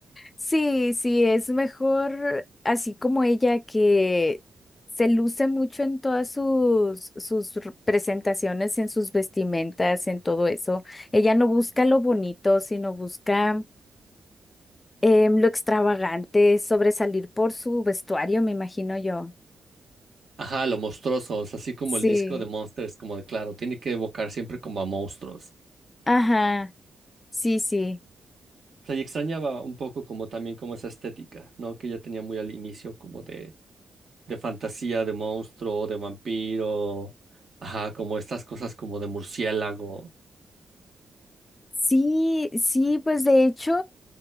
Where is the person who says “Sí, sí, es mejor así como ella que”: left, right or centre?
Left